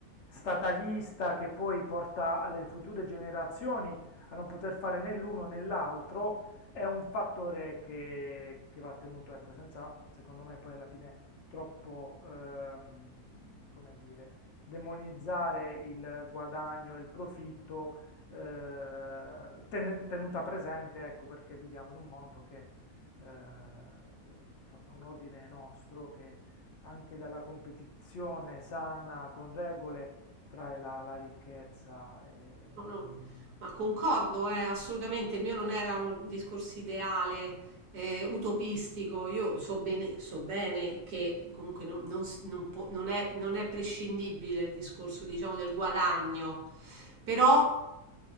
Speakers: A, on the left (about 60°); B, on the right (about 80°).
A: statalista che poi porta alle future generazioni a non poter fare né l'uno né l'altro, è un fattore che, che va tenuto, ecco, senza, secondo me, poi alla fine troppo, ehm, come dire, demonizzare il guadagno e il profitto, eh, tenen- tenuta presente, ecco, perché viviamo in un mondo che, eh, insomma, un ordine nostro che anche dalla competizione sana, con regole, trae la, la ricchezza e
B: No, no, ma concordo, eh, assolutamente, il mio non era un discorso ideale, eh, utopistico, io so bene, so bene che comunque non, non s- non può- non è, non è prescindibile il discorso, diciamo, del guadagno, però